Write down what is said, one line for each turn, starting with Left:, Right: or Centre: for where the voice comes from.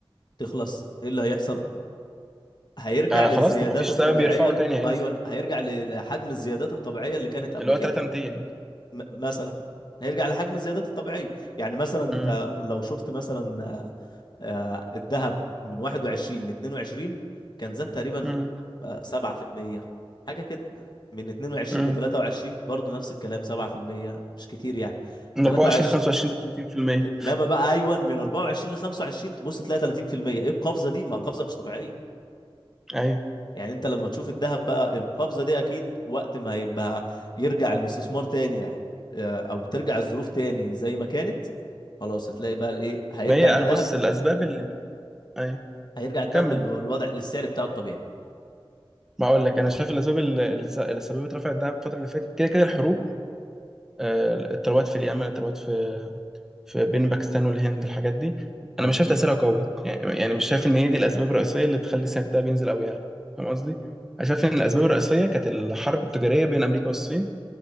Left: تخلص ايه اللي هيحصل هيرجع
Centre: آه
Left: للزيادات
Centre: خلاص ما فيش
Left: الطبيعيه
Centre: سبب يرفعه تاني هينزل
Left: ايوه هيرجع لحجم الزيادات الطبيعيه اللي كانت قبل
Centre: اللي
Left: كده
Centre: هو 3200
Left: م- مثلا هيرجع لحجم زيادته الطبيعية يعني مثلا انت
Centre: امم
Left: لو شفت مثلا آه، آه، الذهب من 21 ل 22 كان زاد تقريبا
Centre: امم
Left: آه، 7% حاجة كده من 22
Centre: امم
Left: ل 23 برضه نفس الكلام 7% مش كتير يعني
Centre: من
Left: 23
Centre: 24 ل 25 ل 30%
Left: انما بقى ايوه من 24 ل 25 تبص تلاقي 30% ايه القفزة دي ما القفزة مش طبيعية
Centre: ايوه
Left: يعني انت لما تشوف الذهب بقى القفزه دي اكيد وقت ما يبقى يرجع الاستثمار تاني آه، او ترجع الظروف تاني زي ما كانت خلاص هتلاقي بقى الايه هيرجع
Centre: ما هي
Left: الذهب
Centre: انا بص الاسباب اللي ايوه
Left: هيرجع الذهب
Centre: كمل
Left: للوضع للسعر بتاعه الطبيعي
Centre: ما اقول لك انا شايف الاسباب اللي اللي س- اللي سببت رفع الدعم الفتره اللي فاتت كده كده الحروب آه، التروات في اليمن التروات في في بين باكستان والهند الحاجات دي
Left: اه
Centre: انا مش شايف تاثيرها قوي يعني يعني مش شايف ان هي دي الاسباب الرئيسيه اللي تخلي سعر الدهب ينزل قوي يعني فاهم قصدي؟ انا شايف ان الاسباب الرئيسيه كانت الحرب التجاريه بين امريكا والصين